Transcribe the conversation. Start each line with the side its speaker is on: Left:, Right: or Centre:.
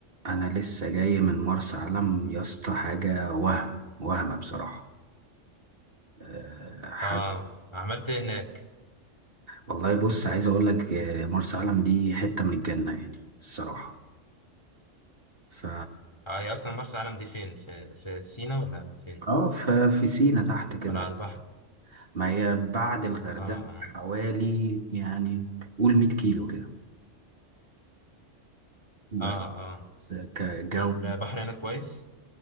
Right: انا لسه جاي من مرسى علم يا اسطى حاجه وهم وهم بصراحه أه حاجه
Left: اه عملت إيه هناك
Right: والله بص عايز اقول لك آه، مرسى علم دي حته من الجنه يعني الصراحه ف
Left: اه هي اصلا مرسى علم دي فين في في سينا ولا فين
Right: اه ف- في سينا تحت كده
Left: ولا على البحر
Right: ما هي بعد الغردقه
Left: اه اه
Right: حوالي يعني قول 100 كيلو كده بس
Left: اه اه
Right: كجو
Left: والبحر هناك كويس